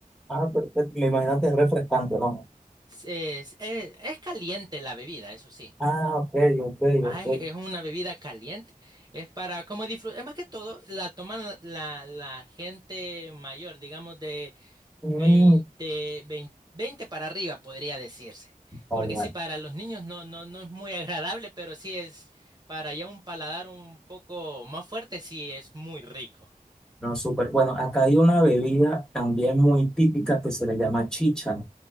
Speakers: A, in the centre; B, on the right.
A: Ah, perfecto. Me imagino que es refrescante, ¿no?
B: Es, es- es caliente la bebida, eso sí.
A: Ah, ok, ok,
B: Ah, es,
A: ok.
B: es una bebida caliente. Es para como disfrutar. Es más que todo, la toman la, la gente mayor, digamos de
A: Mm,
B: 20 20 20 para arriba, podría decirse.
A: vale,
B: Porque
A: vale.
B: sí, para los niños no, no, no es muy agradable, pero sí es para ya un paladar un poco más fuerte, sí es muy rico.
A: No, súper. Bueno, acá hay una bebida también muy típica que se le llama chicha.